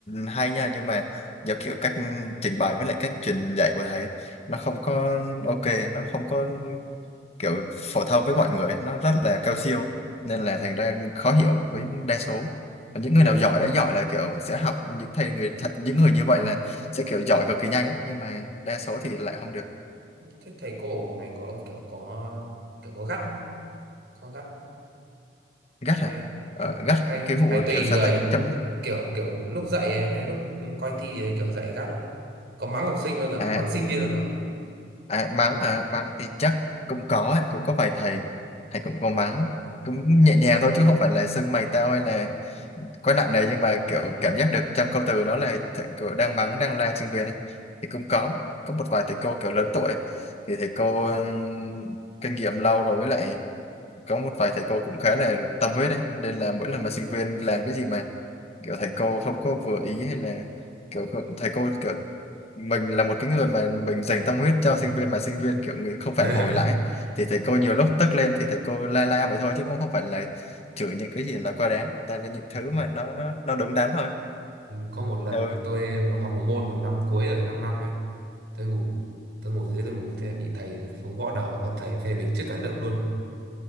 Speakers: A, on the left; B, on the right.
A: hay nha nhưng mà do kiểu cách trình bày với lại cách truyền dạy của thầy ấy, nó không có ok nó không có kiểu phổ thông với mọi người nó rất là cao siêu nên
B: Ừ.
A: là thành ra khó hiểu với đa số còn những người
B: Thế,
A: nào giỏi đã giỏi là kiểu sẽ học những thầy người thật những người như vậy là sẽ kiểu giỏi cực kỳ nhanh ấy nhưng mà đa số thì lại không được
B: thế thầy cô ở ngành của ông kiểu có kiểu có gắt không? có gắt
A: gắt
B: hay
A: à ờ,
B: ừ,
A: gắt
B: hay
A: cái vụ
B: hay tùy
A: kiểu sao
B: người
A: ta chấm
B: kiểu kiểu lúc dạy hay lúc coi thi thì kiểu dạy gắt không có mắng học sinh bao giờ
A: à
B: à, mắng sinh viên bao giờ không?
A: À, mắng hả? Mắng thì chắc cũng có, ấy, cũng có vài thầy. Thầy cũng có mắng, cũng
B: ừ.
A: nhẹ nhàng thôi chứ không phải là xưng mày tao hay là quá nặng nề nhưng mà kiểu
B: ừ.
A: cảm giác được trong câu từ đó là thầy kiểu đang mắng, đang la sinh viên ấy. Thì cũng có, có một vài thầy cô kiểu lớn tuổi thì thầy cô ừm, kinh nghiệm lâu rồi với lại có một vài thầy cô cũng khá là tâm huyết ấy. Nên là mỗi lần mà sinh viên làm cái gì mà kiểu thầy cô không có vừa ý hay là kiểu không- thầy cô kiểu mình là một cái người mà mình dành tâm huyết cho sinh
B: Ừ.
A: viên mà sinh viên kiểu người không
B: <laughs>
A: phản hồi lại ấy. thì thầy cô nhiều lúc tức lên thì thầy cô la la vậy thôi chứ cũng không phải là chửi những cái gì là quá đáng toàn là những thứ
B: Ừ.
A: mà nó nó đúng đắn thôi
B: Ừ, Có một lần
A: ừ.
B: mà tôi một học một môn còn năm cuối rồi 5 năm năm ấy tôi ngủ tôi ngồi dưới tôi ngủ thế bị thầy xuống gõ đầu xong thầy phê bình trước cả lớp luôn